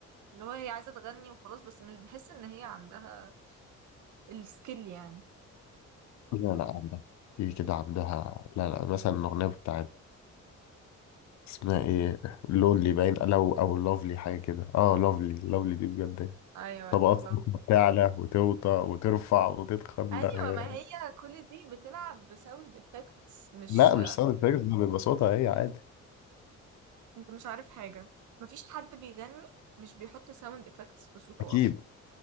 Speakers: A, on the right; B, on the left.
A: اللي هو هي عايزه تغني وخلاص بس مش بحس ان هي عندها السكيل يعني
B: لا لا عندها في كده عندها لا لا مثلا الأغنية بتاعت اسمها ايه لونلي باين لو أو لوفلي حاجة كده اه لوفلي لوفلي دي بجد
A: ايوه
B: طبقات
A: فهمت.
B: بتعلى وتوطى وترفع وتتخن
A: ايوه
B: لا هي
A: ما هي كل دي بتلعب بساوند افكتس مش
B: لا مش ساوند افكتس ده بيبقى صوتها هي عادي
A: انت مش عارف حاجه مفيش حد بيغني مش بيحط ساوند افكتس في صوته
B: أكيد
A: اصلا